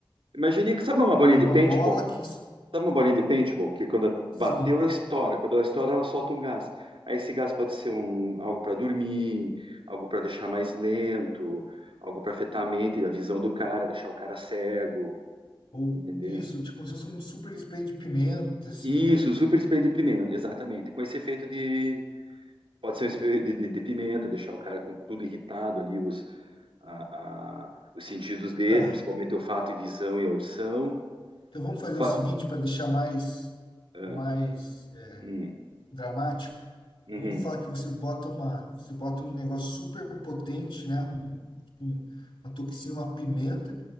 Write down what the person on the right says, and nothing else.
Imagine que sabe uma bolinha
de
paintball?
Sabe uma bolinha de paintball que quando bateu,
ela estoura. Quando ela estoura, ela solta um gás. Aí esse gás pode ser um, algo para dormir, algo para deixar mais lento, algo para afetar a mente, a visão do cara, deixar o cara cego,
entendeu?
Isso,
um super spray de pimenta, exatamente. Com esse efeito de. Pode ser um spray de, de- de pimenta, deixar o cara com tudo irritado ali, os, a- a- os sentidos dele,
principalmente olfato e visão e audição.
Olfato-
ah,
hum,
uhum.